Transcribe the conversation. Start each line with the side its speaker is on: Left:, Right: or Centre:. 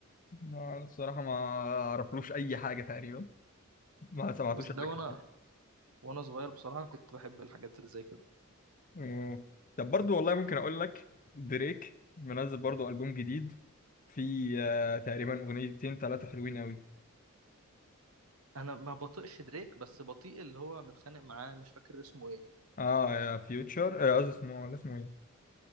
Left: أنا الصراحة ما أعرفلوش أي حاجة تقريبا ما سمعتوش
Right: بس
Left: قبل
Right: ده وانا
Left: كده
Right: وانا صغير بصراحة كنت بحب الحاجات اللي زي كده
Left: مم. طب برضو والله ممكن اقول لك دريك منزل برضو ألبوم جديد في آه، تقريبا اغنيتين ثلاثه حلوين قوي
Right: انا ما بطيقش دريك بس بطيء اللي هو متخانق معاه مش فاكر اسمه ايه
Left: اه يا فيوتشر قصدي اسمه ولا اسمه ايه